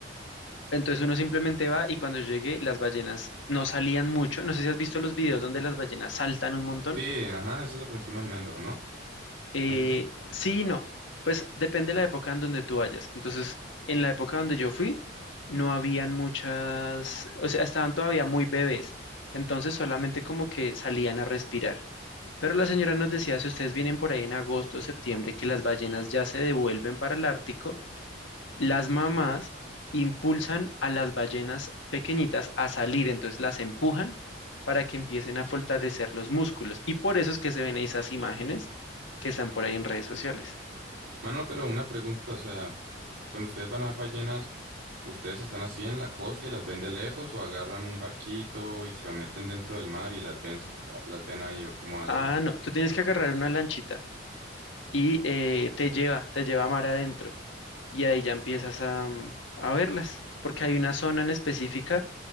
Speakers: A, on the left (about 80°); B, on the right (about 80°).
A: entonces uno simplemente va y cuando llegue las ballenas no salían mucho. No sé si has visto los videos donde las ballenas saltan un montón.
B: Sí, ajá, eso es lo que me estoy imaginando, ¿no?
A: Eh,
B: ¿No es así?
A: sí y no. Pues depende de la época en donde tú vayas. Entonces, en la época donde yo fui, no habían muchas, o sea, estaban todavía muy bebés. Entonces, solamente como que salían a respirar. Pero la señora nos decía, si ustedes vienen por ahí en agosto o septiembre, que las ballenas ya se devuelven para el Ártico las mamás impulsan a las ballenas pequeñitas a salir, entonces las empujan para que empiecen a fortalecer los músculos. Y por eso es que se ven esas imágenes que están por ahí en redes sociales.
B: Mano, pero una pregunta, o sea, cuando ustedes van a ver ballenas, ¿ustedes están así en la costa y las ven de lejos o agarran un barquito y se meten dentro del mar y las ven, sa- las ven ahí o cómo hacen?
A: Ah, no, tú tienes que agarrar una lanchita y eh, te lleva, te lleva a mar adentro y ahí ya empiezas a, mm, a verlas, porque hay una zona en específica